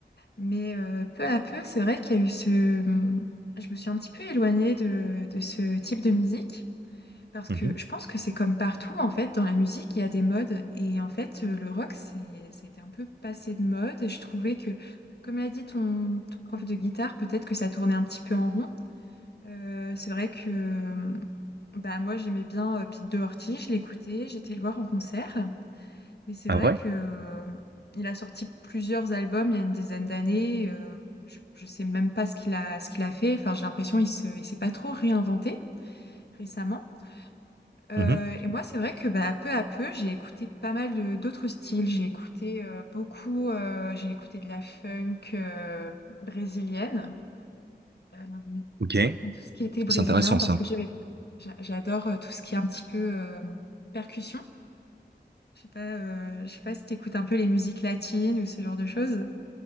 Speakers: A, on the left (about 65°); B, on the right (about 70°).
A: Mais euh, peu à peu, c'est vrai qu'il y a eu ce... Je me suis un petit peu éloignée de, de ce type de musique. Parce
B: Mhm.
A: que je pense que c'est comme partout, en fait, dans la musique, il y a des modes. Et en fait, euh, le rock, c'est, ça a été un peu passé de mode. Et je trouvais que, comme l'a dit ton, ton prof de guitare, peut-être que ça tournait un petit peu en rond. Euh, c'est vrai que euh, bah, moi, j'aimais bien euh, Pete Doherty, je l'écoutais, j'étais le voir en concert. Mais c'est vrai
B: Ah ouais?
A: que euh, il a sorti plusieurs albums il y a une dizaine d'années. euh, je ne sais même pas ce qu'il a, ce qu'il a fait. Enfin, j'ai l'impression qu'il se, il s'est pas trop réinventé récemment. Euh,
B: Mhm.
A: et moi, c'est vrai que bah, peu à peu, j'ai écouté pas mal de d'autres styles. J'ai écouté euh, beaucoup, euh, j'ai écouté de la funk euh, brésilienne, euh,
B: Ok,
A: tout ce qui était brésilien,
B: c'est intéressant
A: parce
B: ça.
A: que j'avais, j'a- j'adore euh, tout ce qui est un petit peu euh, percussion. Je sais pas, euh, je sais pas si t'écoutes un peu les musiques latines ou ce genre de choses.